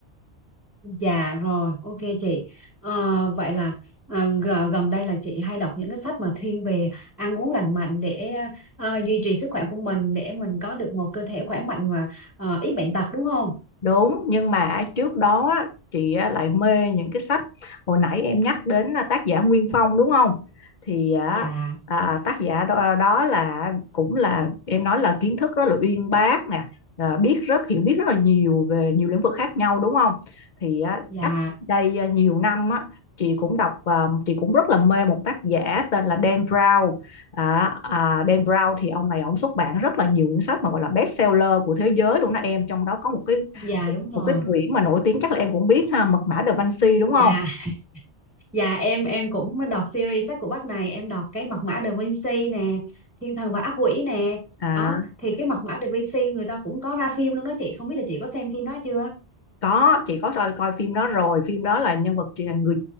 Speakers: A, in the centre; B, on the left (about 45°).
A: dạ rồi ok chị Ờ, vậy là à, g- gần đây là chị hay đọc những cái sách mà thiên về ăn uống lành mạnh để ờ, duy trì sức khỏe của mình để mình có được một cơ thể khỏe mạnh và ờ, ít bệnh tật đúng không
B: Đúng, nhưng mà trước đó á, chị á, lại mê những cái sách hồi nãy em nhắc đến là tác giả Nguyên Phong đúng không? Thì á,
A: dạ
B: à, tác giả đó, đó là cũng là em nói là kiến thức rất là uyên bác nè, à, biết rất hiểu biết rất là nhiều về nhiều lĩnh vực khác nhau đúng không? Thì á,
A: dạ
B: cách đây à, nhiều năm á chị cũng đọc à, chị cũng rất là mê một tác giả tên là Dan Brown. À, à, Dan Brown thì ông này ông xuất bản rất là nhiều cuốn sách mà gọi là best seller của thế giới luôn đó em trong đó có một cái
A: dạ đúng rồi
B: một cái quyển mà nổi tiếng chắc là em cũng biết ha mật mã Da Vinci đúng
A: dạ
B: không
A: dạ em em cũng mới đọc series sách của bác này em đọc cái Mật mã Da Vinci nè Thiên thần và ác quỷ nè
B: à
A: đó thì cái Mật mã Da Vinci người ta cũng có ra phim luôn đó chị không biết là chị có xem phim đó chưa
B: có chị có coi coi phim đó rồi phim đó là nhân vật chị- người